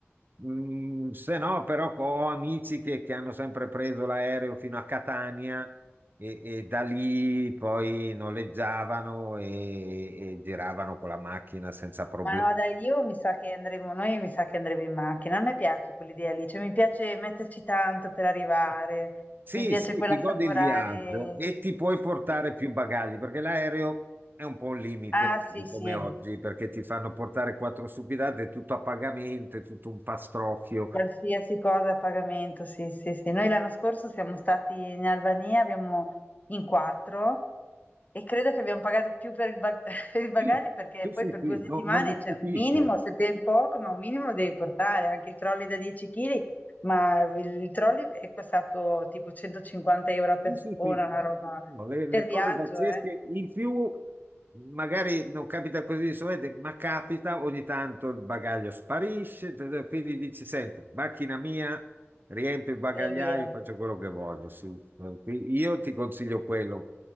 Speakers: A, on the right (about 45°); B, on the left (about 35°).
A: mm, se no però ho amici che, che hanno sempre preso l'aereo fino a Catania e, e da lì poi noleggiavano e, e giravano con la macchina senza problemi.
B: Ma no, dai, io mi sa che andremo, noi mi sa che andremo in macchina. A me piace quell'idea lì, cioè mi piace metterci tanto per arrivare,
A: Sì,
B: mi piace
A: sì,
B: quella
A: ti
B: assaporare.
A: godi il viaggio e ti puoi portare
B: Sì.
A: più bagagli perché l'aereo è un po' un limite
B: Ah, sì,
A: di come
B: sì,
A: oggi perché ti fanno portare quattro stupidate, è tutto a pagamento, è tutto un pastrocchio.
B: qualsiasi cosa a pagamento, sì, sì, sì. Noi l'anno scorso siamo stati in Albania, abbiamo in quattro E credo che abbiamo pagato più per il, bag- <laughs> per il bagaglio
A: Sì,
B: perché
A: sì, sì,
B: poi per
A: sì,
B: due settimane,
A: no- non mi
B: cioè
A: stupisce.
B: un minimo, se ben poco, ma un minimo lo devi portare, anche il trolley da 10 kg, ma il il trolley è costato tipo 150 euro a persona,
A: Sì, sì, sì.
B: una roba
A: No, Le,
B: per
A: le
B: viaggio,
A: cose pazzesche
B: eh?
A: in più magari non capita così di solito, ma capita ogni tanto il bagaglio sparisce, t- t- quindi dici, senti, macchina mia, riempio il bagagliaio,
B: E via.
A: faccio quello che voglio. sì. Qui- Io ti consiglio quello.